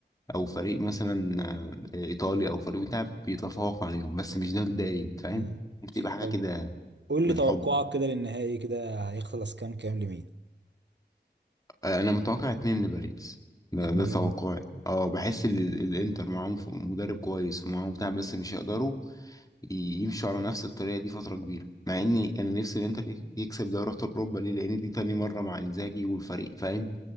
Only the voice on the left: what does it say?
او فريق مثلا آه، ايطالي او فريق بتاع بيتفوق عليهم بس مش ده الدايم فاهم
بتبقى حاجه
كده
بالحب
آه، انا متوقع اتنين لباريس ده
ده توقعي اه بحس ان ال- الانتر معاهم ف- مدرب كويس ومعاهم بتاع بس مش هيقدروا ي- يمشوا على نفس الطريقه دي فتره كبيره مع اني انا نفسي الانتر يك- يكسب دوري ابطال اوروبا ليه لان دي تاني مره مع انزاجي والفريق فاهم